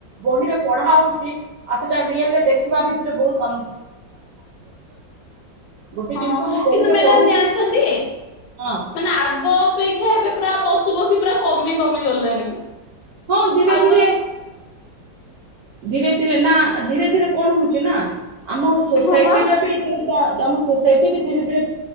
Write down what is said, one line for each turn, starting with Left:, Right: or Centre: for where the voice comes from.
Right: ବହିରେ ପଢା ହଉଛି ଆଉ ସେଟା ରିଏଲରେ ଦେଖିବା ଭିତରେ ବହୁତ ଅନ୍ ଗୋଟେ
Left: ହଁ
Right: ଜିନିଷ ମୁଁ ବହିରେ
Left: କିନ୍ତୁ ମ୍ୟାଡ଼ାମ
Right: ପଢୁଛି
Left: ଜାଣିଛନ୍ତି
Right: ହଁ
Left: ମାନେ ଆଗ ଅପେ କ୍ଷା ଏବେ ପୁରା ପଶୁ ପକ୍ଷୀ ପୁରା କମି କମି ଗଲେଣି।
Right: ହଁ ଧୀରେ
Left: ଆଗରୁ
Right: ଧୀରେ। ଧୀରେ ଧୀରେ ନା ଧୀରେ ଧୀରେ କଣ ହଉଛି ନା। ଆମ ସୋସାଇଟିର
Left: ହଁ ବା
Right: ବି ଯୋଉଟା ଆମ ସୋ ସେଇଠି ବି ଧୀରେ ଧୀରେ